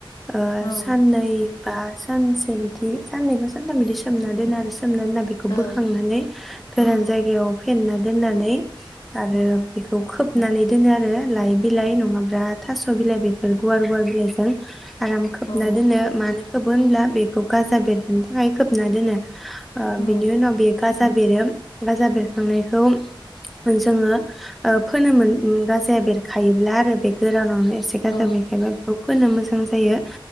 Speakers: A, in the centre; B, on the left (about 70°).
A: ओ
B: औ
A: साननै बा सानसे बिदि साननैखौ सानथाम बिदि सोमना दोन आरो सोमनानै
B: औ
A: बोखांनानै गोरान जायगायाव फेना दोननानै आरो
B: औ
A: बेखौ खोब खोबनानै दोनो आरो लाइ बिलाइ नङाब्ला थास' बिलाइ बेफोर गुवार गुवार बिलाइजों। आराम खोबना
B: औ
A: दोनो मानो खोबो होनब्ला बेखौ गाजा बेरहोनो थाखाय खोबना दोनो।
B: औ
A: बिनि उनाव बे गाजा बेरो गाजा बेरखांनायखौ जोङो फोनो मोन गाजा बेरखायोब्ला आरो बे गोरानाव एसे गाजा
B: औ
A: बेरखायोब्ला बेखौ फोनो मोजां जायो